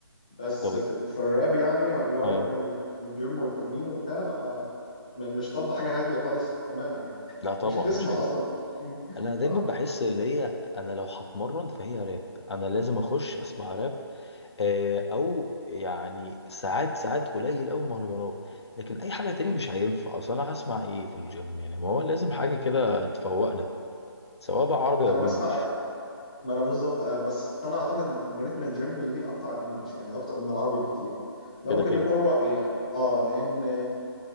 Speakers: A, on the left (about 15°); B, on the left (about 85°).
A: بس
B: طب إيه؟
A: في, في الراب يعني اللي هو
B: اه
A: رتم ال- الجيم والتمرين وبتاع لا م- مش طالبه حاجه هاديه خالص تماما يعني
B: لا
A: <laughs>
B: طبعا
A: مش هتسمع
B: مش هينفع
A: اصلا م.
B: انا دايما
A: اه
B: بحس اللي هي انا لو هتمرن فهي راب انا لازم اخش اسمع راب آه، او يعني ساعات ساعات قليل قوي مهرجانات لكن اي حاجه تاني مش هينفع اصل انا هسمع ايه في الجيم يعني ما هو لازم حاجه كده تفوقنا سواء بقى عربي
A: انا
B: او
A: بسمع
B: انجليش
A: ما انا بالظبط أنا- بس انا اعتقد ان إن رتم الجيم يليق اكتر على الانجليش يعني اكتر من العربي بكتير ده
B: كده
A: ممكن
B: كده
A: يكون رايي يعني اه لان